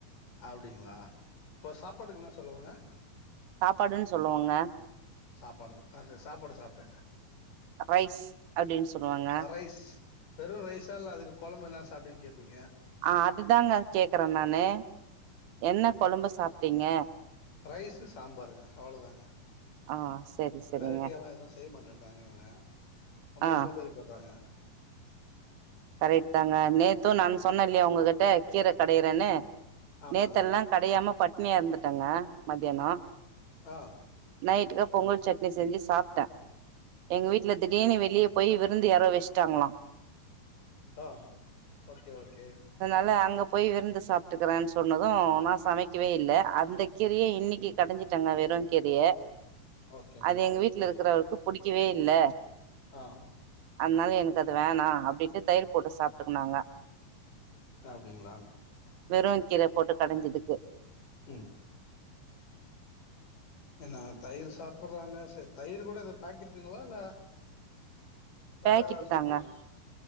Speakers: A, on the left; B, on the right.
A: அப்டிங்களா ப்ப சாப்பாட்டுக்கு என்ன செலவுங்க
B: சாப்பாடுன் சொல்லுவோங்க
A: சாப்பாடு அது <unintelligible> சாப்பாடு சாப்ட்டேங்க
B: ரைஸ் அப்டின்னு சொல்லுவாங்க
A: ரைஸ் வெறு ரைஸா இல்ல அதுக்கு கொழம்பு எனாச் அப்டின் கேப்பீங்க
B: அஹ் அதுதாங்க கேக்கறே நானு என்ன கொழம்பு சாப்டீங்க
A: ரைஸு சாம்பாருங்க அவ்வளோதாங்க
B: ஆ செரி செரிங்க
A: வெரைட்டியா எல்லா எதுவு செய்ய மாட்டன்றாங்க இவுங்க ரொம்ப
B: ஆ
A: சோம்பேறி பட்றாங்க
B: கரெக்ட் தாங்க நேத்து நான் சொன்னல்லையா உங்ககிட்ட கீர கடையறேன்னு
A: ஆமாங்க.
B: நேத்தெல்லா கடையாம பட் ட்னியா இருந்துட்டங்க மத்யானோ
A: ஆ,
B: நைட்டுக்கு பொங்கல் சட்னி செஞ்சு சாப்ட்டே எங்க வீட் இல்ல திடீர்னு வெளிய போயி விருந்து யாரோ வெச்ட்டாங்களா
A: அஹ் ஓகே ஓகே
B: ல அங்க போய் விருந்து சாப்ட்டுக்கறே சொன்னது நா சமைக்கவே இல்ல அந்த கீரைய இன்னிக்கு கடஞ்சிட் டங்க வெறு கீரைய
A: ஓகேங்க.
B: அது எங்க வீட்ல இருக்கறவருக்கு புடிக்கவே இல்ல
A: அஹ்
B: அதனால எனக்கு அது வேணாம் அப்டின்னு தயிர் போட்டு சாப்பிட்டுக்குனாங்க
A: அப்டிங்களா
B: வெறும் கிற போட்டு கடைஞ்சதுக்கு
A: ம். ஏன்னா தயிர் சாப்பிடுறாங்க செர் தயிர் கூட இது பாக்கட்டுங்களா இல்ல வேற
B: பேக்கெட்
A: ஏதாவது சாப்பிட்டீங்களா?
B: தாங்க